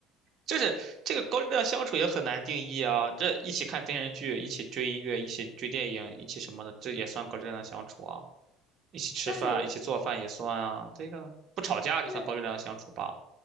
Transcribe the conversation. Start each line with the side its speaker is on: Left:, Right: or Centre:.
Right: 就是这个高质量相处也很难定义啊。这一起看电视剧，一起追音乐，一起追电影，一起什么的，这也算高质量相处啊。一起吃饭，
Left: 但是
Right: 一起做饭也算啊。这个不吵架就算高质量相处吧。
Left: 但是。